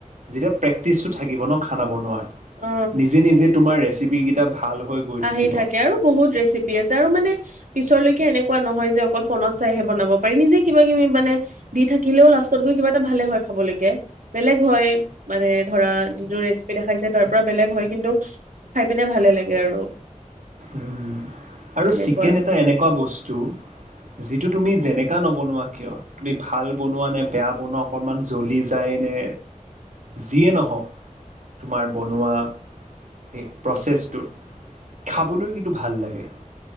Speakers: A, on the right; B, on the right.
A: যেতিয়া প্ৰেক্টিচটো থাকিব ন' খানা বনোৱাৰ।
B: অ
A: নিজে নিজে তোমাৰ ৰেচিপি কেইটা ভাল হৈ গৈ
B: আহি
A: থাকিব
B: থাকে আৰু বহুত ৰেচিপি আছে আৰু মানে পিছৰলৈকে এনেকুৱা নহয় যে অকল ফ'নত চাইহে বনাব পাৰি নিজে কিবা কিবি মানে দি থাকিলেও লাষ্টত গৈ কিবা এটা ভালে হয়, খাবলৈকে। বেলেগ হয়। মানে ধৰা যিটো ৰেচিপি দেখাইছে তাৰ পৰা বেলেগ হয় কিন্তু, খাই পিনে ভালে লাগে আৰু।
A: উম, আৰু
B: সেনেকুৱা
A: চিকেন এটা এনেকুৱা বস্তু যিটো তুমি যেনেকা নবনোৱা কিয় তুমি ভাল বনোৱা নে বেয়া বনোৱা, অকণমান জ্বলি যায় নে যিয়ে ন'হওক তোমাৰ বনোৱা সেই প্ৰচেছটোত। খাবলৈ কিন্তু ভাল লাগে।